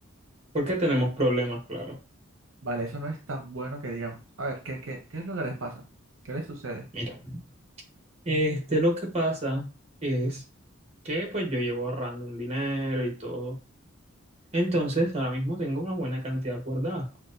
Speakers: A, on the right; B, on the right.
A: Porque tenemos problemas, claro.
B: Vale, eso no es tan bueno que digamos. A ver, ¿qué, qué, qué es lo que les pasa? ¿Qué les sucede?
A: Mira, este, lo que pasa es que pues yo llevo ahorrando un dinero y todo. Entonces, ahora mismo tengo una buena cantidad guardada.